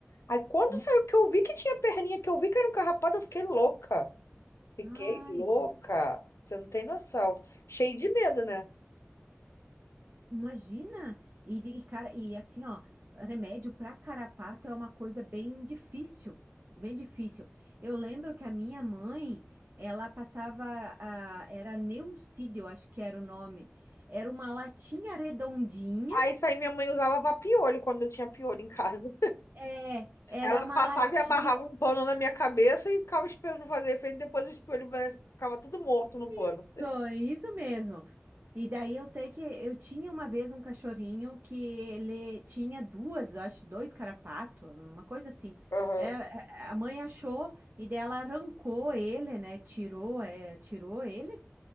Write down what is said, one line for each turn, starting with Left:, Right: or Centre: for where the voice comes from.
Left: Aí quando
Right: Me-
Left: saiu que eu vi que tinha perninha, que eu vi que era um carrapato, eu fiquei louca. Fiquei
Right: Ai,
Left: louca.
Right: gente,
Left: Você não tem noção. Cheio de medo, né?
Right: imagina! E, de- e, cara, e assim, ó, remédio para carrapato é uma coisa bem difícil, bem difícil. Eu lembro que a minha mãe, ela passava, a, era Neucídio, eu acho que era o nome. Era uma latinha redondinha,
Left: Aí saí, minha mãe usava pra piolho quando eu tinha piolho em casa.
Right: é,
Left: <laughs>
Right: era
Left: Ela
Right: uma
Left: passava
Right: latinha
Left: e amarrava um pano na minha cabeça e ficava esperando fazer efeito. Depois os piolhos ficava tudo morto no
Right: Isso,
Left: pano.
Right: isso mesmo. E daí eu sei que eu tinha uma vez um cachorrinho que ele tinha duas, eu acho, dois carapatos uma coisa assim.
Left: Aham,
Right: É, a a mãe achou e daí ela arrancou ele, né? Tirou, é, tirou ele